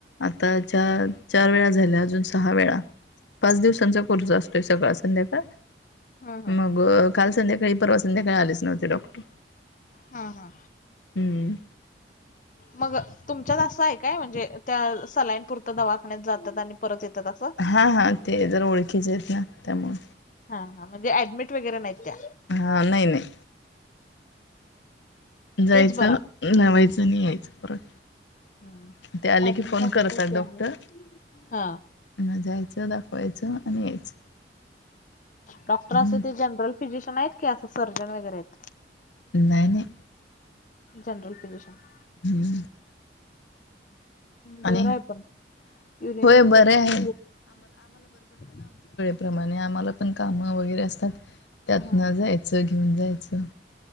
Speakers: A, on the left; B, on the left.
A: आता चार चार वेळा झाल्या अजून सहा वेळा, पाच दिवसांचा कोर्स असतोय सकाळ संध्याकाळ.
B: हा हा
A: मग काल संध्याकाळी परवा संध्याकाळी आलेच नव्हते डॉक्टर.
B: हा हा,
A: हम्म
B: मग तुमच्यात असं आहे काय, म्हणजे त्या सलाईन पुरतं दवाखान्यात जातात आणि परत येतात, असं
A: हा हा, ते जरा ओळखीचे आहेत ना, त्यामुळं.
B: हा हा, म्हणजे ऍडमिट वगैरे नाहीत त्या
A: हां नाही नाही. जायचं
B: तेच बरं
A: लावायचं आणि यायचं परत.
B: आहे.
A: ते आले
B: ऍडमिट
A: की फोन
B: असलं
A: करतात
B: की
A: डॉक्टर.
B: आणि हा.
A: म जायचं दाखवायचं आणि यायचं.
B: डॉक्टर
A: हम्म
B: असे ते जनरल फिजिशियन आहेत, कि असं सर्जन वगैरे आहेत.
A: नाही नाही.
B: General physician.
A: हम्म.
B: बरं
A: आणि
B: आहे पण, युरिन
A: होय
B: इन्फेक्शन
A: बरे आहे
B: <unintelligible>
A: प्रमाणे आम्हाला पण कामं वगैरे असतात, त्यातन
B: हा.
A: जायचं घेऊन जायचं.